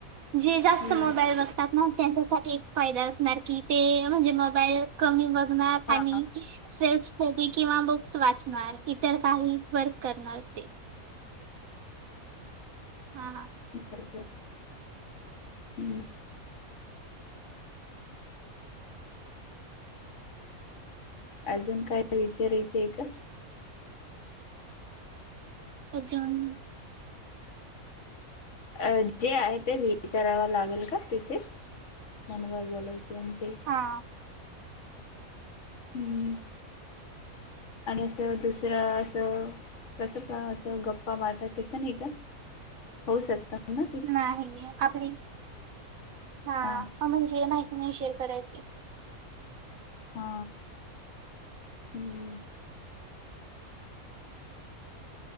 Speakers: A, on the right; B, on the left.
A: जे जास्त
B: हम्म,
A: मोबाईल बघतात. ना त्यांच्यासाठी एक फायदा असणार की ते म्हणजे मोबाईल कमी बघणार
B: हा
A: आणि सेल्फ स्टडी किंवा बुक्स वाचणार इतर काही वर्क करणार ते हा हा
B: बर हं अजून काय विचारायचे आहे का?
A: अजुन
B: अ जे आहे ते विचाराव लागेल का तिथे फोन वर बोलायचे आणि ते
A: हां
B: हम्म. आणि असं दुसरं असं कसं पण असं गप्पा मारतात तसं नाही का? होऊ शकतात ना. तिथे
A: ह <unintelligible> <inaudible> अ
B: हा
A: म्हणजे माहिती नाही शेअर करायची
B: हा हं